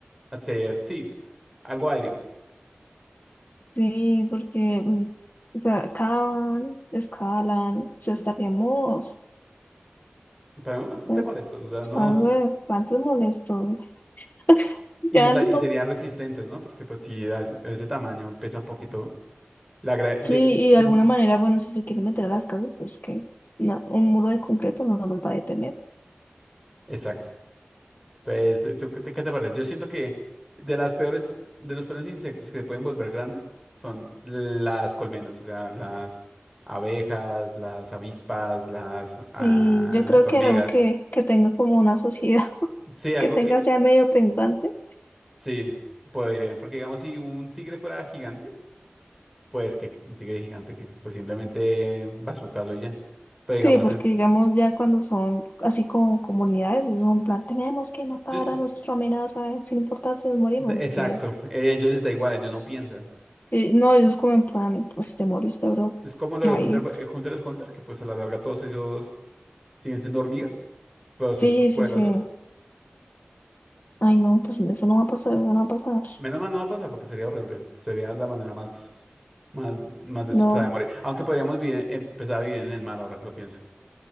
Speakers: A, in the centre; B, on the left (about 45°).
A: hacer, sí, algo aéreo.
B: Sí, porque pues, o sea, cavan, escalan, o sea, estaríamos
A: Estaremos bastante
B: eh,
A: molestos, o sea,
B: pues,
A: no.
B: algo de espantos molestos. <laughs>
A: Y,
B: Ya
A: sa-
B: no.
A: y serían resistentes, ¿no? Porque pues si a ese a ese tamaño pesa un poquito, La gra- de-
B: Sí,
A: de-
B: y de alguna manera, bueno, si se quieren meter a las casas, pues que no, un muro de concreto no los va a detener.
A: Exacto. Entonces, ¿tú qué te, qué te parece? Yo siento que de las peores, de los peores insectos que se pueden volver grandes son las colmenas, o sea, las abejas, las avispas, las, ah,
B: Y yo
A: las
B: creo
A: hormigas.
B: que algo que, que tenga como una sociedad.
A: Sí, algo
B: que tenga
A: que
B: sea medio pensante.
A: sí podrían, porque digamos, si un tigre fuera gigante, pues que un tigre gigante que pues simplemente va a su caso y ya. Pero digamos,
B: Sí, porque
A: es-
B: digamos ya cuando son así como comunidades, es un plan, tenemos que matar
A: yo-
B: a nuestra amenaza, sin importar si nos morimos
A: exacto,
B: los tigres.
A: eh, ellos les da igual, ellos no piensan.
B: Sí, no, ellos como en plan, pues te moriste, bro.
A: Es como lo de
B: Ahí.
A: Hunter, eh, Hunter x Hunter, que pues a la larga todos ellos siguen siendo hormigas, pero
B: Sí,
A: son súper poderosos.
B: sí, sí. Ay, no, pues eso no va a pasar, eso no va a pasar.
A: Menos mal no va a pasar porque sería horrible. Sería la manera más, más, más desesperada
B: No,
A: de morir. Aunque podríamos vivir- empezar a vivir en el mar ahora que lo pienso.